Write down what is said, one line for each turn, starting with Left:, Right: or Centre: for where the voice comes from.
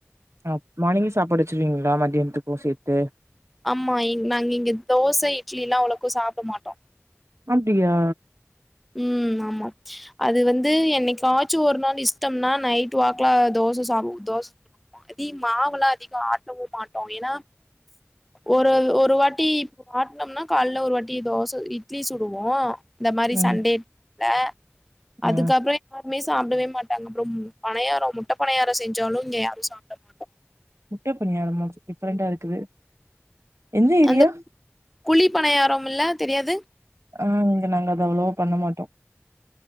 Right: ஆ மார்னிங்கே சாப்பாடு வச்சருவீங்களா மத்தியானத்துக்கு சேத்து
Centre: ஆமா இ நாங்க இங்கே தோச இட்லி எல்லா அவ்ளோக்கு சாப்ட மாட்டோ
Right: அப்டியா
Centre: ம் ஆமா அது வந்து என்னைக்காச்சு ஒரு நாள் இஷ்டம்னா நைட் வாக்ல தோச சாப்டுவோ தோஸ் அதி மாவெல்லா அதிகோ ஆட்டவு மாட்டோ ஏனா ஒரு ஒரு வாட்டி வாட்னோம்னா கால்ல ஒரு வாட்டி தோச, இட்லி சுடுவோ இந்த மா
Right: ம்
Centre: தண்டே ப அதுக்கப்பறோ
Right: ம்
Centre: யாருமே சாப்டவே மாட்டாங்க ப்பறோம் பணியாரோ முட்ட பணியாரோ செஞ்சாலு இங்க யாரு சாப்ட மாட்
Right: முட்ட பணியாரமா டிஃப்ரெண்டாருக்குது எந்த ஏரியா
Centre: அந்த குழி பணியாரோ மில்ல தெரியாது
Right: ஆ இங்க நாங்க அத அவ்வளவா பண்ண மாட்டோ